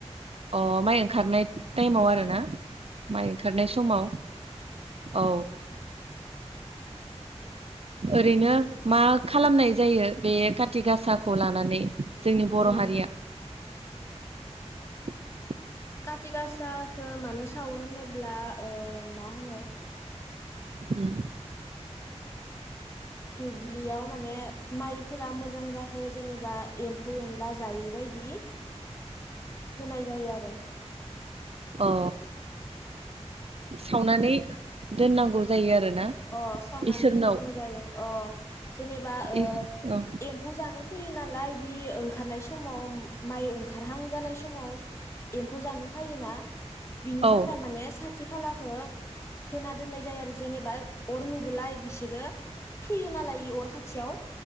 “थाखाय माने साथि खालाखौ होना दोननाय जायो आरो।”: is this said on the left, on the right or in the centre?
Left